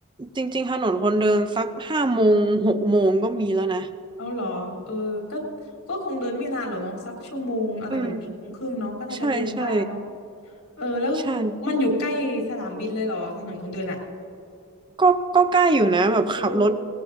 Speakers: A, on the right (about 20°); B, on the left (about 85°).
A: จริงๆถนนคนเดินสักห้าโมงหกโมงก็มีแล้วนะ
B: เอาเหรอเออก็ก็คงเดินไม่นานหรอกเนาะสักชั่วโมงอะไรแบบนี้ชั่วโมงครึ่งเนาะก็น่าจะเดินได้แล้วเนาะ
A: อืมใช่ใช่
B: เออแล้ว
A: ใช่
B: มันอยู่ใกล้สนามบินเลยเหรอถนนคนเดินอ่ะ
A: ก็ก็ใกล้อยู่นะแบบขับรถ
B: โอ